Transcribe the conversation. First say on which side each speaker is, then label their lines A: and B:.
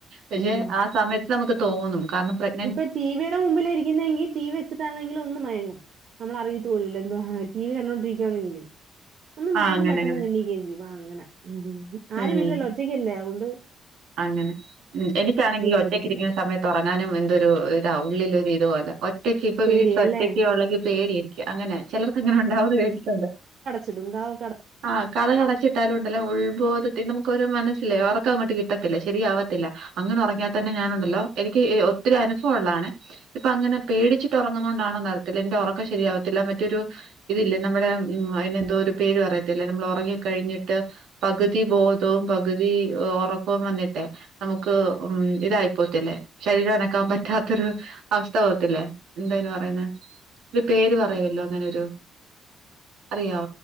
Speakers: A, on the right; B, on the right.
A: പഷേ
B: ഉം.
A: ആ സമയത്ത് നമുക്ക് തോന്നും കാരണം പ്രക്
B: ഇപ്പൊ ടിവിയുടെ മുമ്പിലായ ഇരിക്കുന്നെങ്കി ടി വി ച്ചിട്ടാണെങ്കിൽ ഒന്ന് മയങ്ങും നമ്മള് അറിയത്ത് പോലും ഇല്ല എന്താ ടി വി കണ്ടോണ്ടിരിക്കുകവാന്നെങ്കിലേ ഒന്ന് മയങ്ങും
A: ആഹ് അങ്ങനെ
B: പെട്ടെന്ന്
A: അങ്ങനെ
B: എണീക്കെംചെയ്യും അങ്ങനെ ഉം ആരും
A: ഉം
B: ഇല്ലല്ലോ ഒറ്റയ്ക്കല്ലേ അഓണ്ട്
A: അങ്ങനെ എനിക്കാണെങ്കി ഒറ്റയ്ക്കിരിക്കുന്ന
B: ഒരു ബുദ്ധിമുട്ട്.
A: സമയത്ത് ഒറങ്ങാനും എന്തൊരു ഇതാ ഉള്ളിലൊരു ഇതുപോലെ ഒറ്റക്ക് ഇപ്പൊ
B: പേടിയാല്ലേ?
A: വീട്ടില്ഒറ്റക്കാ ഒള്ളെങ്കി പേട്യായിരിക്കും അങ്ങനെ ചെലർക്ക് അങ്ങനെ ഉണ്ടാവുന്ന് കേട്ടിട്ടുണ്ട്
B: ചുടുങ്കാവോക്കെട്
A: ആഹ് കതക് അടച്ചിട്ടാലും ഉണ്ടല്ലോ ഉൾബോധത്തി നമുക്ക് ഒരു മനസ്സിലേ നറക്കം അങ്ങോട്ട് കിട്ട് ത്തില്ല ശരിയാവത്തില്ല അങ്ങനെ ഒർങ്ങിയാ തന്നെ ഞാനുണ്ടല്ലോ എനിക്ക് ഒത്തിരി അനുഭവള്ളാണ് ഇപ്പ അങ്ങനെ പേടിച്ചിട്ട് ഒർങ്ങുന്ന കൊണ്ടാണോ അറിയത്തില്ല എന്റെ ഉറക്കം ശരിയാവത്തില്ല മറ്റൊരു ഇതില്ലേ നമ്മുടെ ഉം അയ്ന് എന്തോരു പേര് പറയത്തില്ലേ നമ്മള് ഒർങ്ങി കഴിഞ്ഞിട്ട് പകുതി ബോധോം പകുതി ഒറ ക്കം വന്നിട്ടെ നമുക്ക് ഉം ഇതായി പോവത്തില്ലേ ശരീരം അനക്കാൻ പറ്റാത്തൊരു അവസ്ഥ പോകത്തില്ലേ എന്താ അയിന് പറയുന്നെ ഒരു പേര് പറയുവല്ലോ അങ്ങനൊരു അറിയാേ